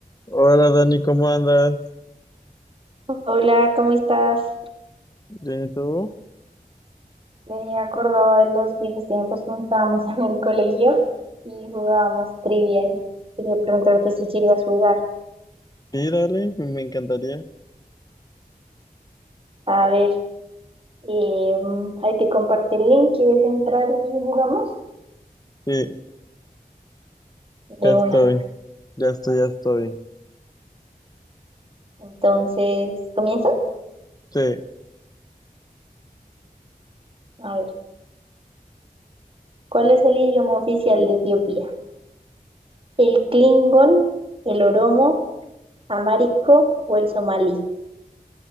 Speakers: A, on the left; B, on the right.
A: Hola Dani, ¿cómo andas?
B: Hola, ¿cómo estás?
A: ¿Bien y tú?
B: Me acordaba de los viejos tiempos cuando estábamos en el colegio y jugábamos trivial. Quería preguntarte si querías jugar.
A: Sí, dale, me encantaría.
B: A ver, eh, ahí te compartí el link. ¿Quieres entrar y jugamos?
A: Sí, ya
B: De
A: estoy,
B: una.
A: ya estoy, ya estoy.
B: Entonces, ¿comienzas?
A: Sí,
B: A ver, ¿cuál es el idioma oficial de Etiopía? ¿El Klingon, el Oromo, Amárico o el Somalí?